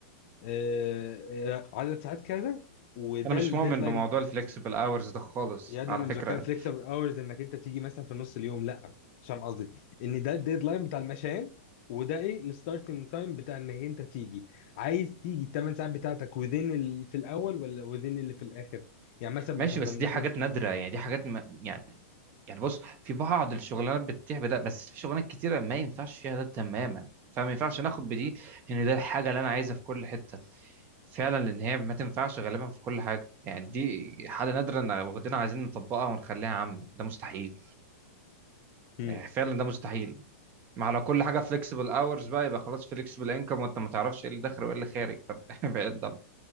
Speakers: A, on the left; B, on the right.
A: آه، آه، عدد ساعات كذا وده
B: انا مش
A: الديدلاين
B: مؤمن بموضوع الفلكسبل اورز ده خالص
A: يا ابني
B: على
A: انا
B: فكره
A: مش بتكلم فليكسبل اورز انك انت تيجي مثلا في نص اليوم لا مش فاهم قصدي ان ده الديدلاين بتاع المشان وده ايه الستارتنج تايم بتاع انك انت تيجي عايز تيجي الثمان ساعات بتاعتك وذين اللي في الاول ولا وذين اللي في الاخر يعني مثلا مثلا
B: ماشي بس
A: فالمفروض
B: دي حاجات نادره يعني دي حاجات ما يعني يعني بص في بعض الشغلانات بتتيح بده بس في شغلانات كتيره ما ينفعش فيها ده تماما فما ينفعش ناخد بدي ان ده الحاجه اللي انا عايزها في كل حته فعلا لان هي ما تنفعش غالبا في كل حاجه يعني دي حاله نادره ان واخدينها عايزين نطبقها ونخليها عامه ده مستحيل
A: امم
B: يعني فعلا ده مستحيل ما على كل حاجه فليكسبل اورز بقى يبقى خلاص فليكسبل انكم وانت ما تعرفش ايه اللي داخل وايه اللي خارج طب <laughs> بعيد